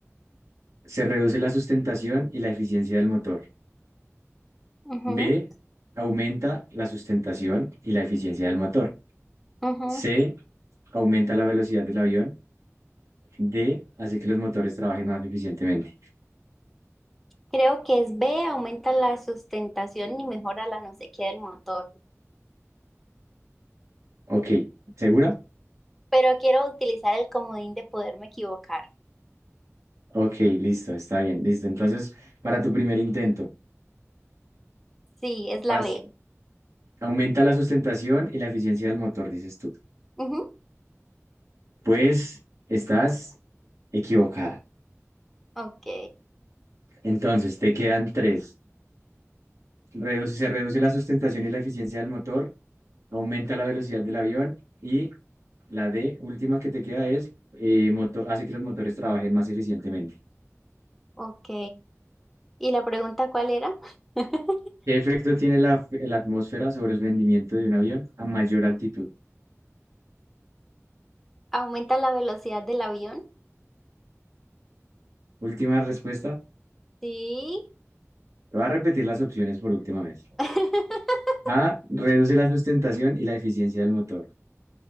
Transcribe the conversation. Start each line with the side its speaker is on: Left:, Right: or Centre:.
Right: Se reduce la sustentación y la eficiencia del motor.
Centre: ujú,
Right: B, aumenta la sustentación y la eficiencia del motor.
Centre: ujú.
Right: C, aumenta la velocidad del avión. D, hace que los motores trabajen más eficientemente.
Centre: Creo que es B, aumenta la sustentación y mejora la no sé qué del motor.
Right: Ok, ¿segura?
Centre: Pero quiero utilizar el comodín de poderme equivocar.
Right: Ok, listo, está bien, listo. Entonces, para tu primer intento,
Centre: Sí, es la
Right: vas-
Centre: B.
Right: aumenta la sustentación y la eficiencia del motor, dices tú.
Centre: Ujú.
Right: Pues estás equivocada.
Centre: Ok.
Right: Entonces, te quedan tres. Reduce- se reduce la sustentación y la eficiencia del motor aumenta la velocidad del avión y la D, última que te queda es eh, moto- hace que los motores trabajen más eficientemente.
Centre: Ok. ¿Y la pregunta cuál era? <laughs>
Right: ¿Qué efecto tiene la, la atmósfera sobre el rendimiento de un avión a mayor altitud?
Centre: ¿Aumenta la velocidad del avión?
Right: Última respuesta.
Centre: Sí.
Right: Te voy a repetir las opciones por última vez.
Centre: <laughs>
Right: A, reduce la sustentación y la eficiencia del motor.